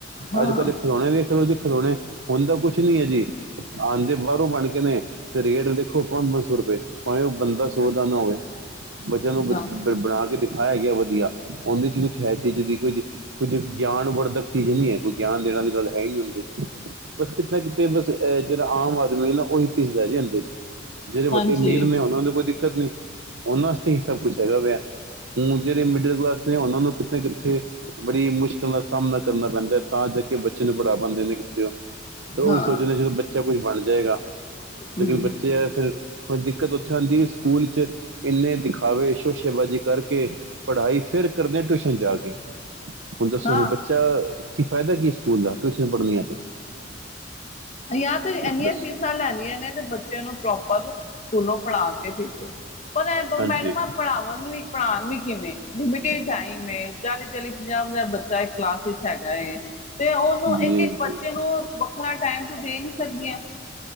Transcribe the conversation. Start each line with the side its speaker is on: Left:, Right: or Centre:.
Left: ਹਾਂ।
Right: ਅੱਜ -ਕੱਲ੍ਹ ਖਿਲੋਣੇ ਦੇਖ ਲੋ ਜੀ ਖਿਲੋਣੇ। ਹੁਣ ਤਾਂ ਕੁਛ ਨੀ ਹੈ ਜੀ, ਆਂਦੇ ਬਾਹਰੋਂ ਬਣ ਕੇ ਨੇ ਤੇ ਰੇਟ ਦੇਖੋ ਪੰਜ -ਪੰਜ ਸੌ ਰੁਪਏ। ਭਾਵੇਂ ਉਹ ਬੰਦਾ ਸੋਚਦਾ ਨਾ ਹੋਵੇ, ਬੱਚਿਆਂ ਨੂੰ ਬਣਾ
Left: ਹਾਂ ਹੂੰ
Right: ਕੇ ਦਿਖਾਇਆ ਗਿਆ ਵਧੀਆ। ਉਹਦੇ ਵਿਚ ਕੁਛ ਹੈ, ਚੀਜ਼ ਦੀ ਕੁਝ ਕੁੱਝ ਗਿਆਨ ਵਰਧਕ ਚੀਜ਼ ਨਹੀਂ ਐ, ਕੋਈ ਗਿਆਨ ਦੇਣ ਦੀ ਗੱਲ ਹੈ ਹੀ ਨੀ ਹੁੰਦੀ। ਬਸ ਕਿੱਥੇ -ਕਿੱਥੇ ਬਸ ਜਿਹੜਾ ਆਮ ਆਦਮੀ ਏ, ਉਹੀ ਪਿਸ ਜਾਂਦੇ ਆ ਇਹਦੇ ਵਿੱਚ। ਜਿਹੜੇ ਵੱਡੇ
Left: ਹਾਂਜੀ
Right: ਅਮੀਰ ਨੇ, ਉਹਨਾਂ ਨੂੰ ਕੋਈ ਦਿੱਕ ਦਿੱਕਤ ਨਹੀਂ‌ ਉਹਨਾਂ ਵਾਸਤੇ ਇਹ ਸਭ ਕੁਛ ਹੈਗਾ ਪਿਆ, ਹੁਣ ਜਿਹੜੇ ਮਿਡਲ ਕਲਾਸ ਉਹਨਾਂ ਨੂੰ ਕਿੱਥੇ -ਕਿੱਥੇ ਬੜੀ ਮੁਸ਼ਕਿਲ ਦਾ ਸਾਹਮਣਾ ਕਰਨਾ ਪੈਂਦਾ, ਤਾਂ ਜਾ ਕੇ ਬੱਚੇ ਨੂੰ ਪੜ੍ਹਾ ਪਾਂਦੇ ਨੇ। ਉਹੀ
Left: ਹਾਂ
Right: ਸੋਚਣਾ ਜਦੋਂ ਬੱਚਾ ਕੁਝ ਬਣ ਜਾਏਗਾ,
Left: ਹੂੰ
Right: ਜੇਕਰ ਬੱਚੇ ਆ ਫਿਰ ਫਿਰ‌ ਦਿੱਕਤ ਉੱਥੇ ਆਂਦੀ ਏ, ਸਕੂਲ ਚ ਇੰਨੇ ਦਿਖਾਵੇ, ਸ਼ੋਸ਼ੇਬਾਜ਼ੀ ਕਰਕੇ ਪੜ੍ਹਾਈ, ਫਿਰ ਕਰਦੇ ਆਂ ਟਿਊਸ਼ਨ ਜਾ ਕੇ। ਹੁਣ ਦੱਸੋ,
Left: ਹਾਂ
Right: ਫਿਰ ਬੱਚਾ ਕੀ ਫ਼ਾਇਦਾ ਕੀ ਸਕੂਲ ਦਾ ਟਿਊਸ਼ਨ ਪੜ੍ਹਨੀਆਂ ਤੇ।
Left: ਬਾਈ ਆਹ ਤੇ ਇੰਨੀਆਂ
Right: ਦੱਸੋ
Left: ਫੀਸਾਂ ਲੈਣੀਆਂ ਨੇ, ਤੇ ਬੱਚਿਆਂ ਨੂੰ ਪ੍ਰੋਪਰ ਸਕੂਲੋਂ ਪੜ੍ਹਾ। ਪਰ ਐਹ
Right: ਹਾਂਜੀ
Left: ਮੈਡਮਾਂ ਪੜ੍ਹਾਵਣ ਵੀ ਪੜ੍ਹਾਣ ਵੀ ਕਿਵੇਂ ਲਿਮਟਿਡ ਟਾਈਮ ਏ, ਚਾਲੀ- ਚਾਲੀ, ਪੰਜਾਹ -ਪੰਜਾਹ ਬੱਚਾ ਕਲਾਸ ਵਿੱਚ ਹੈਗਾ ਏ। ਤੇ ਉਹਨੂੰ
Right: ਜੀ
Left: ਇੱਕ -ਇੱਕ ਬੱਚੇ
Right: ਜੀ
Left: ਨੂੰ ਵੱਖਰਾ ਟਾਈਮ ਤੂੰ ਦੇ ਨਹੀਂ ਸਕਦੀਆਂ।